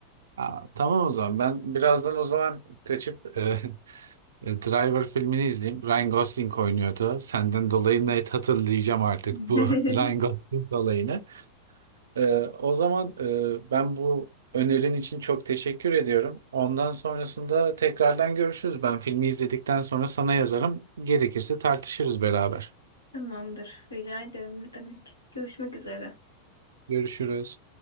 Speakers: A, on the right; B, on the left.
A: Aa, tamam o zaman ben birazdan o zaman kaçıp e, <laughs> E, Driver filmini izleyeyim. Ryan Gosling oynuyordu. Senden dolayı net hatırlayacağım artık
B: <laughs>
A: bu <laughs> Ryan Gosling olayını. E, o zaman e, ben bu önerin için çok teşekkür ediyorum. Ondan sonrasında tekrardan görüşürüz. Ben filmi izledikten sonra sana yazarım. Gerekirse tartışırız beraber.
B: Tamamdır. Rica ederim. Ne demek? Görüşmek üzere.
A: Görüşürüz.